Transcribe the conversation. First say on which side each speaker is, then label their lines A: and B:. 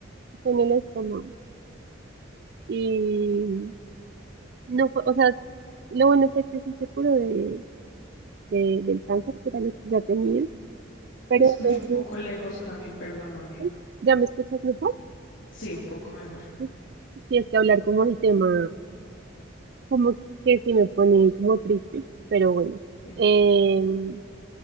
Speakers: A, on the right; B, on the left.
A: fue en el estómago. Y no fue, o sea, lo bueno fue que sí se curó de, de- del cáncer, que era lo que ya tenía. Pero
B: Te escucho
A: entonces,
B: un poco lejos, Cami, perdóname.
A: ¿sí? ¿ya me escuchas mejor?
B: Sí, un poco mejor.
A: Sí, sí, es que hablar como del tema, como que sí me pone como triste, pero bueno.
B: Ok,
A: Em,